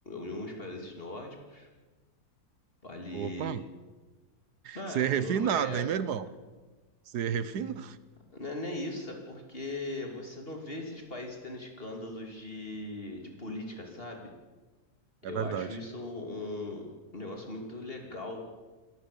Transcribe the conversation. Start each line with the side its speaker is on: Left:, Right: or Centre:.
Left: em uns países nórdicos, ali,
Right: Opa,
Left: né,
Right: você é refinado,
Left: Noruega,
Right: hein, meu irmão? Você é refinado.
Left: Não é nem isso, é porque você não vê esses países tendo escândalos de, de política, sabe?
Right: É,
Left: Eu
Right: é verdade.
Left: acho isso um, um negócio muito legal.